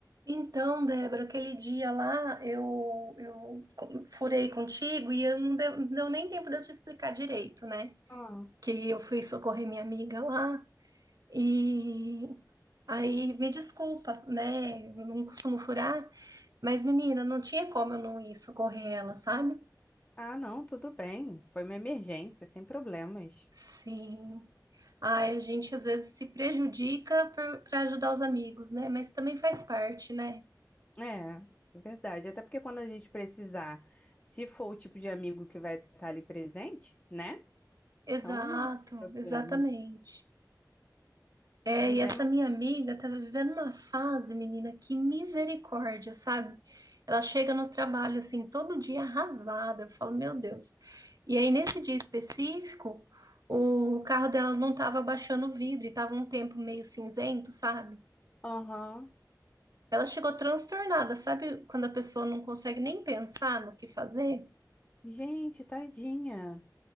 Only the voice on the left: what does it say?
Ah,
ah, não, tudo bem. Foi uma emergência, sem problemas.
É, verdade. Até porque quando a gente precisar, se for o tipo de amigo que vai estar ali presente, né?
Então, não tem problema.
Pois
é, mas.
Aham.
Gente, tadinha.